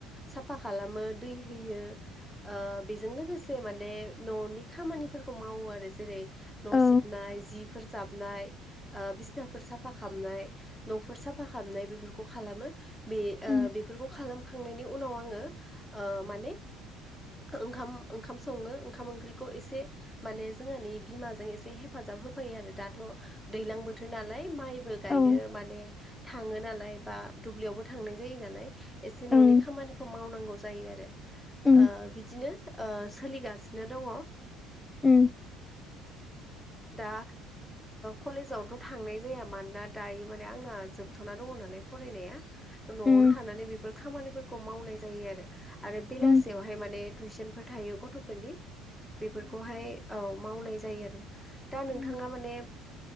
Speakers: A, in the centre; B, on the left.
A: साफा खालामो दै होयो। ओ बेजों लोगोसे माने न'नि खामानिफोरखौ मावो आरो जेरै न'
B: औ
A: सिबनाय जिफोर जाब नाय बिसिनाफोर साफा खालामनाय न'फोर साफा खालामनाय बेफोरखौ खालामो बे
B: उम
A: बेफोरखौ खालामखांनायनि उनाव आङो माने ओंखाम ओंखाम सङो ओंखाम ओंख्रिखौ एसे माने जोंहानि बिमाजों एसे हेफाजाब होफायो। दाथ' दैलां बोथोर नालाय माइबो गायनो
B: औ
A: मान थाङो नालाय बा दुब्लियावबो थांनाय जायो नालाय एसे न'नि
B: उम
A: खामानिखौ मावनांगौ जायो आरो
B: उम
A: बिदिनो सोलिगासिनो दङ।
B: उम
A: दा कलेजावथ' थांनाय जाया मानोना दायो माने आंना जोबथ'ना दङ नालाय फरायनाय'नो
B: उम
A: थानानै बे खाम मावनाय जायो आरो बेला
B: उम
A: माने टुइसनफोर थायो गथ'फोरनि बेफोरखौहाय औ मावनाय जायो आरो दा
B: उम
A: नोंथाङा माने